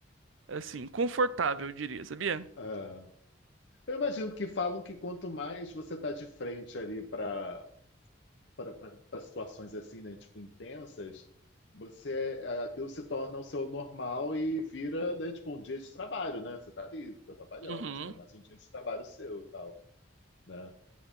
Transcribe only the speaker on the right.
assim, confortável, eu diria, sabia?
Uhum.